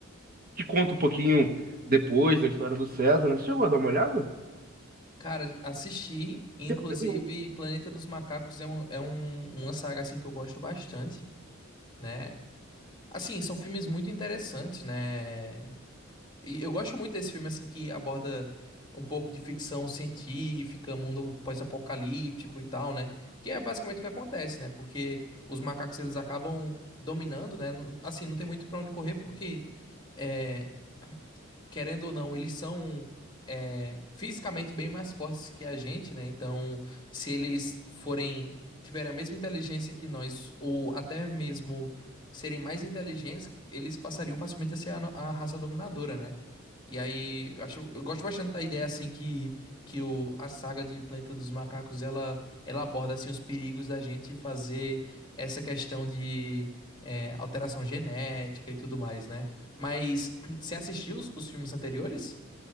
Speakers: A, on the right (about 45°); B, on the left (about 20°).
A: que conta um pouquinho depois da história do César, né? Você chegou a dar uma olhada?
B: Cara, assisti. e, Inclusive,
A: <coughs>
B: Planeta dos Macacos é, um, é um- uma saga, assim, que eu gosto bastante, né? Assim, são filmes muito interessantes, né? E eu gosto muito desse filme, assim, que aborda um pouco de ficção científica, mundo pós-apocalíptico e tal, né? Que é basicamente o que acontece, né? Porque os macacos, eles acabam dominando, né? Não- Assim, não tem muito pra onde correr, porque... eh, querendo ou não, eles são é, fisicamente bem mais fortes que a gente, né? Então, se eles forem tiverem a mesma inteligência que nós, ou até mesmo serem mais inteligentes, eles passariam facilmente a ser a, no- a raça dominadora, né? E aí, eu acho, eu gosto bastante da ideia assim que, que o, a saga de Planeta dos Macacos ela, ela aborda assim os perigos da gente fazer essa questão de é, alteração genética e tudo mais, né? Mas você assistiu os, os filmes anteriores?